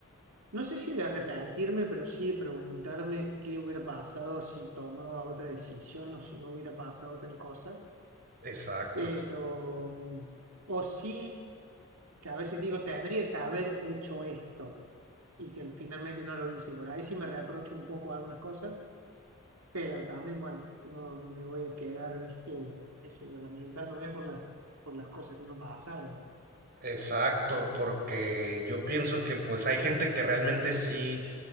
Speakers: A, on the right; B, on the right.
A: no sé si de arrepentirme, pero sí de preguntarme qué hubiera pasado si tomaba otra decisión o si no hubiera pasado tal cosa.
B: Exacto.
A: Pero, mm, o sí, que a veces digo, tendría que haber hecho esto y que finalmente no lo hice. Por ahí sí me reprocho un poco algunas cosas, pero también, bueno, no me voy a quedar, viste, qué sé yo, lamentándome por las, por las cosas que no pasaron.
B: Exacto, porque yo pienso que pues hay gente que realmente sí,